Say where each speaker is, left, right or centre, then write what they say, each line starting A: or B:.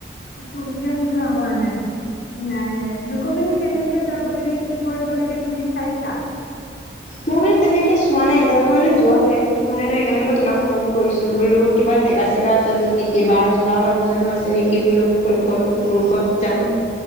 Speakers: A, on the left; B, on the left.
A: তুম যাগ যোৱা হোৱা নাই নাই আই ইউক'বিলিক কেনেকে যাব লাগে, কি কৰিব লাগে, তুমি চাইছা?
B: মই মানে তেনেকে চোৱা নাই এতিয়ালৈকে মানে যোৱা প্লেনটো হোৱা নাই ন' সেকাৰণে মই তোমাক ফোন কৰিছোঁ বোলো কিবা জেগা চেগা আছে নেকি যোৱা মানুহ চানুহ আছে নেকি বোলো ফোন কৰোঁ। গ্ৰুপত
A: উম।
B: যাম।